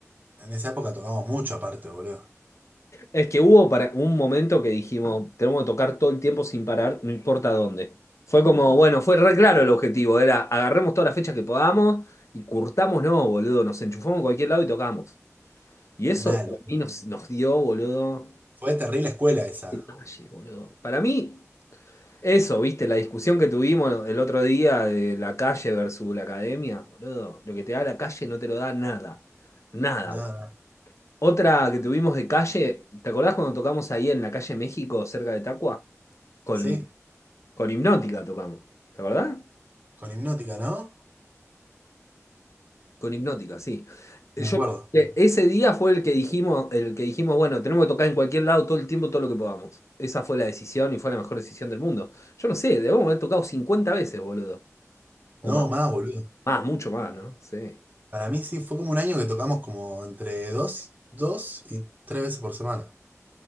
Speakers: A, on the right (about 35°); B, on the left (about 65°).
A: en esa época tocamos mucho aparte, boludo.
B: Es que hubo para un momento que dijimos, tenemos que tocar todo el tiempo sin parar, no importa dónde. Fue como, bueno, fue re claro el objetivo, era agarremos todas las fechas que podamos y curtamos, no, boludo, nos enchufamos a cualquier lado y tocamos. Y eso
A: Mal.
B: para
A: boludo.
B: mí nos, nos dio, boludo,
A: Fue terrible escuela esa.
B: detalle, boludo. Para mí, Eso, viste, la discusión que tuvimos el otro día de la calle versus la academia, boludo, lo que te da la calle no te lo da nada, nada.
A: Nada.
B: boludo. Otra que tuvimos de calle, ¿te acordás cuando tocamos ahí en la calle México, cerca de Tacua? Con,
A: Sí,
B: con Hipnótica tocamos, ¿te acordás?
A: con hipnótica, ¿no?
B: Con Hipnótica, sí. Yo,
A: Me acuerdo.
B: eh, ese día fue el que dijimos, el que dijimos, bueno, tenemos que tocar en cualquier lado todo el tiempo, todo lo que podamos. Esa fue la decisión y fue la mejor decisión del mundo. Yo no sé, debemos haber tocado 50 veces, boludo, o
A: No,
B: más.
A: más, boludo.
B: Más, mucho más, ¿no? Sí,
A: Para mí sí, fue como un año que tocamos como entre dos, dos y tres veces por semana.